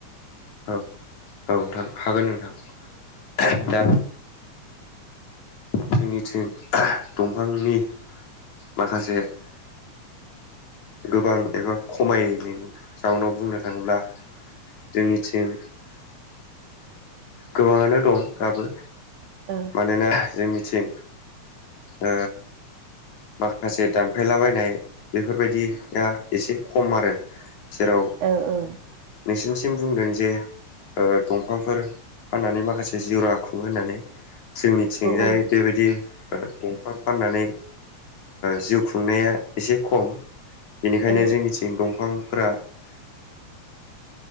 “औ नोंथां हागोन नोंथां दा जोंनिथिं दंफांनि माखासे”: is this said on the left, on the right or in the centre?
Left